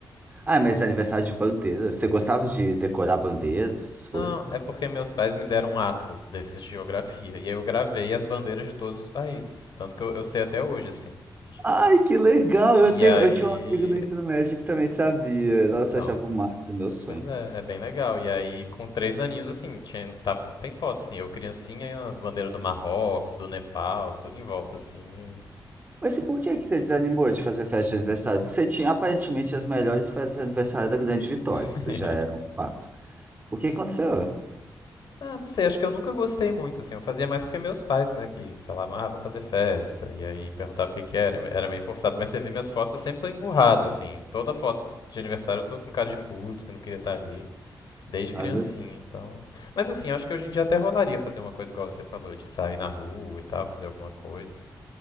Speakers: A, on the right; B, on the left.
A: Ah, mas aniversário de bandeiras. Você gostava de decorar bandeiras, essas
B: Não,
A: coisas?
B: é porque meus pais me deram um atlas desses de geografia, e aí eu gravei as bandeiras de todos os países, tanto que eu, eu sei até hoje, assim. de-
A: Ai, que legal!
B: E
A: Eu tenho,
B: aí...
A: eu tinha um amigo no ensino médio que também sabia.
B: Então,
A: Nossa, eu achava o máximo, meu sonho.
B: Pois é, é bem legal. E aí, com três aninhos, assim, tinha, tava, tem foto, assim, eu criancinha e as bandeiras do Marrocos, do Nepal, tudo em volta, assim. e-
A: Mas e por que que você desanimou de fazer festa de aniversário? Porque você tinha aparentemente as melhores festas de aniversário da Grande Vitória,
B: <laughs>
A: isso já é um fato. O que aconteceu?
B: Ah, não sei, acho que eu nunca gostei muito, assim. Eu fazia mais porque meus pais, né, que falavam, ah, vamos fazer festa. E aí perguntava o que que era, era meio forçado. Mas você vê minhas fotos, eu sempre tô emburrado, assim. Toda foto de aniversário eu tô com cara de puto, que não queria estar ali. Desde
A: Ah,
B: criancinha,
A: meu-
B: então. Mas assim, eu acho que hoje em dia até rolaria fazer uma coisa igual você falou, de sair na rua e tal, fazer alguma coisa.